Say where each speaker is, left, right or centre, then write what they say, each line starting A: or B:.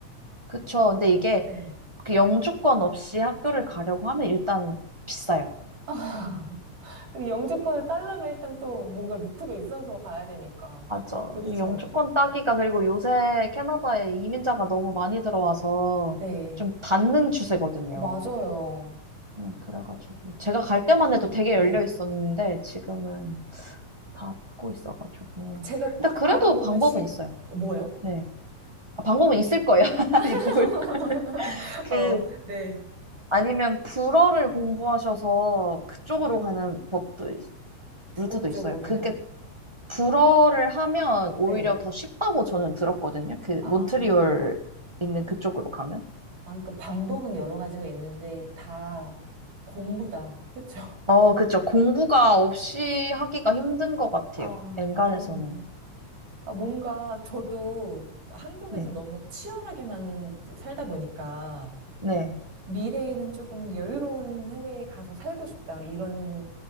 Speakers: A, on the right; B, on the right.
A: 그쵸. 근데 이게
B: 네.
A: 그 영주권 없이 학교를 가려고 하면 일단 비싸요.
B: <laughs> 근데 영주권을 딸려면 일단 또 뭔가 루트가 있어서 가야 되니까.
A: 맞아.
B: 그쵸.
A: 이 영주권 따기가 그리고 요새 캐나다에 이민자가 너무 많이 들어와서
B: 네.
A: 좀 닫는 추세거든요.
B: 어, 맞아요.
A: 네, 그래가지고 제가 갈 때만 해도 되게
B: 네.
A: 열려 있었는데 지금은 닫고 있어가지고
B: 제가
A: 근데
B: 딱
A: 그래도
B: 알아보는
A: 방법은
B: 시,
A: 있어요.
B: 어, 뭐요?
A: 네, 아, 방법은 있을 거예요. <laughs> 아니
B: <laughs>
A: 뭘까? 그
B: 어, 네.
A: 아니면 불어를 공부하셔서 그쪽으로
B: 아,
A: 가는 법도 있-
B: 불어
A: 루트도
B: 쪽으로요.
A: 있어요. 그게 불어를 하면 오히려
B: 네.
A: 더 쉽다고 저는 들었거든요. 그
B: 아,
A: 몬트리올 있는 그쪽으로 가면.
B: 아, 그러니까 방법은 여러 가지가 있는데 다 공부다. 그쵸?
A: 어, 그쵸. 공부가 없이 하기가 힘든 것 같아요.
B: 아,
A: 엔간에서는.
B: 그러네요. 아, 뭔가 저도 한국에서
A: 네.
B: 너무 치열하게만 이제 살다 보니까
A: 네.
B: 미래에는 조금 여유로운 해외에 가서 살고 싶다. 이런